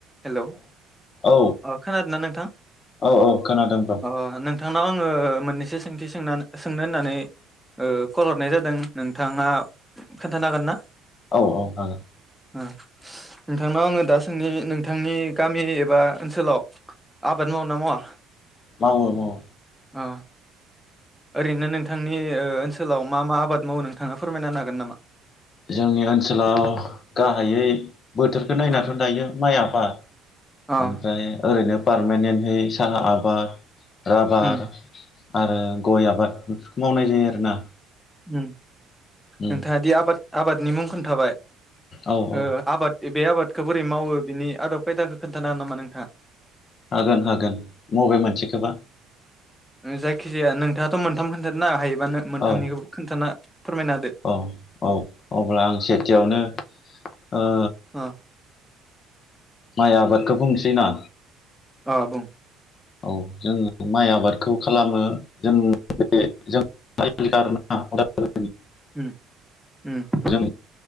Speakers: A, in the centre; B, on the left (about 35°).
A: Hello
B: औ
A: अ खोनादों ना नोंथां
B: औ औ खोनादों ब्र
A: अ नोंथांनाव आङो मोननैसो सों थि सों सोंनो होननानै ओ कल हरनाय जादों नोंथाङा खोन्थानो हागोन ना?
B: औ औ हागोन
A: ओ नोंथांनाव आङो दाासोंनि नों थांनि गामि एबा ओनसोलाव आबाद मावो ना मावा?
B: मावो मावो
A: अ ओरैनो नोंथांनि ओनसोलाव मा मा आबाद मावो नोंथाङा फोरमायना हागोन नामा?
B: जोंनि ओनसोलाव गाहायै बोथोरखौ नायनाथ'
A: अ
B: दायो माइया बा
A: अ
B: ओमफ्राय ओरैनो पारमानेन्टहै साहा आबाद राबार
A: उम
B: आरो गय आबाद बेफोरखौ मावनाय जायो आरोना
A: उम
B: उम
A: नोंथाङादि आबाद आबादनि मुं खोन्थाबाय
B: औ औ
A: ओ आबाद बे आबादखौ बोरै मावो बिनि आदब खायदाखौ खोन्थानो हागोन नामा नोंथाङा?
B: हागोन हागोन बबे मोनसे खोबा
A: जायखिजाया नोंथाङाथ' मोनथाम खोनथादोंना हायो माहोनो मोनथामनिखौबो
B: औ
A: खोन्थाना फोरमायना होदो
B: औ औ अब्ला आं सेथियावनो ओ
A: अ
B: माइ आबादखौ बुंनोसै ना?
A: अह बुं।
B: औ जों माइ आबादखौ खालामो जों बे जों <unintelligible>
A: उम उम।
B: जों